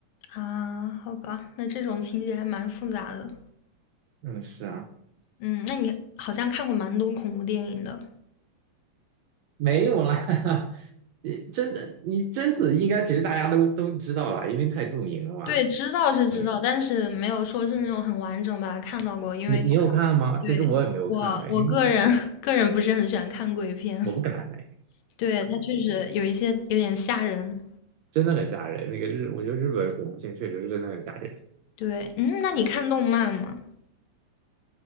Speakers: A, on the left; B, on the right.
A: 啊，好吧，那这种情节还蛮复杂的。
B: 嗯，是啊。
A: 嗯，那你好像看过蛮多恐怖电影的。
B: 没有啦，<laughs> 你真的，你贞子应该其实大家都都知道了，因为太著名了嘛。
A: 对，知道是知道，
B: 嗯，
A: 但是没有说是那种很完整吧，看到过，因为
B: 你你有看吗？
A: 对，
B: 其实我也没有看哎，
A: 我我个人
B: 因为我
A: <laughs> 个人不是很喜欢看鬼片，
B: 我不敢哎，
A: 对，他确实有一些有点吓人。
B: 真的很吓人。那个日，我觉得日本恐怖片确实是真的很吓人。
A: 对，嗯，那你看动漫吗？